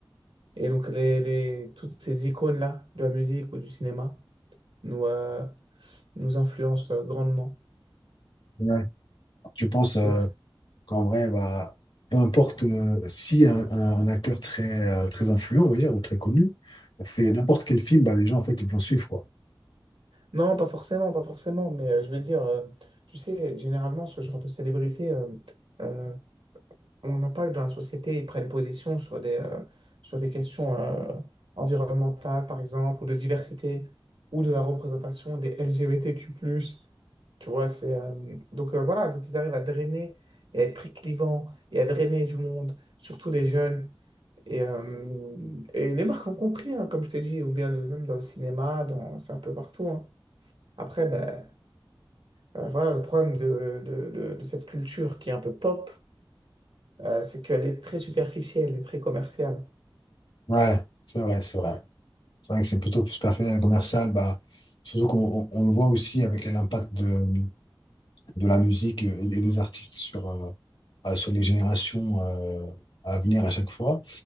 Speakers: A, on the right; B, on the left.
A: Et donc, les, les, toutes ces icônes-là, de la musique ou du cinéma, nous, euh, nous influencent euh, grandement.
B: Ouais. Tu penses, euh,
A: Et,
B: qu'en vrai, bah, peu importe euh, si un, un- un acteur très, euh, très influent, on va dire, ou très connu, fait n'importe quel film, bah, les gens, en fait, ils vont suivre, quoi.
A: non, pas forcément, pas forcément, mais euh, je veux dire, euh, tu sais, généralement, ce genre de célébrité euh, euh, ont un impact dans la société, ils prennent position sur des, euh, sur des questions euh, environnementales, par exemple, ou de diversité, ou de la représentation des LGBTQ+. Tu vois, c'est, euh, donc euh, voilà, donc ils arrivent à drainer et à être très clivants et à drainer du monde, surtout des jeunes. Et, euh, et les marques ont compris, hein, comme je t'ai dit, ou bien le- même dans le cinéma, dans, c'est un peu partout. hein. Après, ben, euh, voilà le problème de, de de- de cette culture qui est un peu pop euh, c'est qu'elle est très superficielle et très commerciale.
B: Ouais, c'est vrai, c'est vrai. C'est vrai que c'est plutôt plus personnel et commercial, bah, surtout qu'on on- on le voit aussi avec l'impact de de la musique et, et des artistes sur, euh, euh, sur les générations euh, à venir à chaque fois.